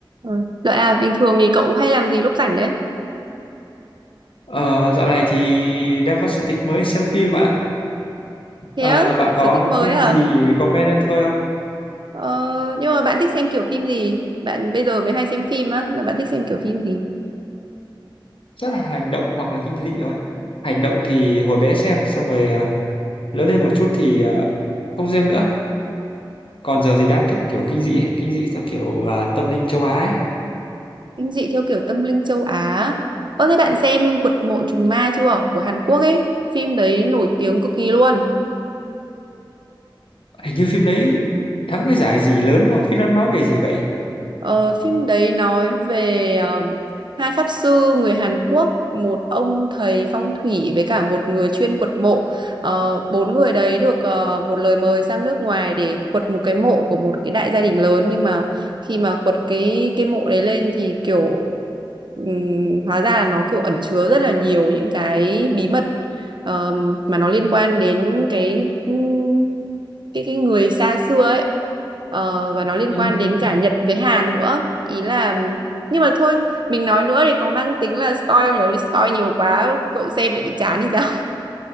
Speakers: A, on the right (about 60°); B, on the left (about 85°).
A: Ừ. Lợi à, bình thường thì cậu hay làm gì lúc rảnh đấy?
B: Ờ, dạo này thì đang có sở thích mới xem phim bạn ạ.
A: Thế
B: Ờ,
A: á,
B: bạn
A: sở
B: có
A: thích mới
B: phim
A: à?
B: gì recommend cho tôi không?
A: Ờ, nhưng mà bạn thích xem kiểu phim gì? Bạn bây giờ mới hay xem phim á, mà bạn thích xem kiểu phim gì?
B: Rất là hành động hoặc là kinh dị thôi. Hành động thì hồi bé xem, xong rồi à, lớn lên một chút thì à, không xem nữa. Còn giờ thì đang thích kiểu kinh dị ấy. Kinh dị theo kiểu à, tâm linh châu Á ấy.
A: Kinh dị theo kiểu tâm linh châu Á. Ơ thế bạn xem Quật mộ trùng ma chưa? Của Hàn Quốc ấy. Phim đấy nổi tiếng cực kỳ luôn.
B: Hình như phim đấy thắng cái giải gì lớn đúng không? Phim nó nói về gì vậy?
A: Ờ, phim đấy nói về ờ, hai pháp sư người Hàn Quốc, một ông thầy phong thủy với cả một người chuyên quật mộ. Ờ, bốn người đấy được ờ, một lời mời sang nước ngoài để quật một cái mộ của một cái đại gia đình lớn nhưng mà khi mà quật cái cái mộ đấy lên thì kiểu ừm, hóa ra là nó kiểu ẩn chứa rất là nhiều những cái bí mật ờ, mà nó liên quan đến cái ừm, cái cái người xa xưa ấy. Ờ, và nó liên
B: Ừ.
A: quan đến cả Nhật với Hàn nữa ý là nhưng mà thôi mình nói nữa thì có mang tính là spoil không nhỉ spoil nhiều quá cậu xem lại bị chán thì sao